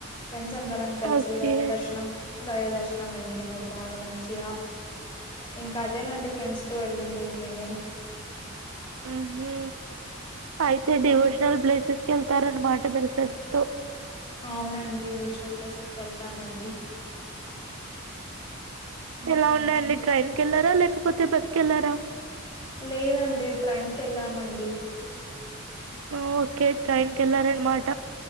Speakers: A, on the left; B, on the right.
A: ఫ్రెండ్స్ అందరం కలిసి
B: ఓకే
A: దైవ దర్శనం, దైవ దర్శనం అయ్యింది మాకు బాగా మంచిగా. ఇంకా అదేనండి ఫ్రెండ్స్ తో వెళ్ళిండేది మేము.
B: ఉహూ అయితే డివోషనల్
A: ఆ!
B: ప్లేసెస్ కి వెళ్తారన్నమాట మీరు ఫ్రెండ్స్ తో.
A: అవునండి, డివోషనల్ ప్లేసెస్ కి వెళ్తామండి.
B: ఎలా ఉందండీ, ట్రైన్కి వెళ్లారా లేకపోతే బస్సుకి వెళ్ళారా?
A: లేదండి ట్రైన్ కి వెళ్ళామండి.
B: ఓకే ట్రైనుకెళ్ళారన్నమాట,